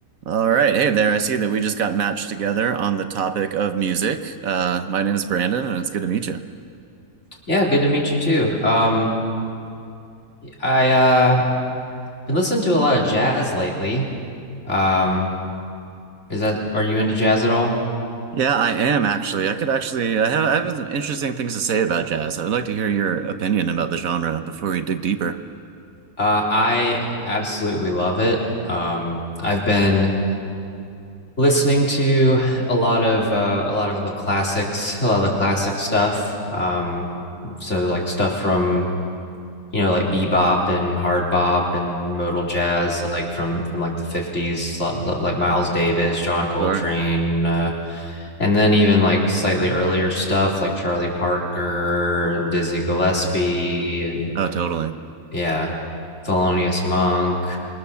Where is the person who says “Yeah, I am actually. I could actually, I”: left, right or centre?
Right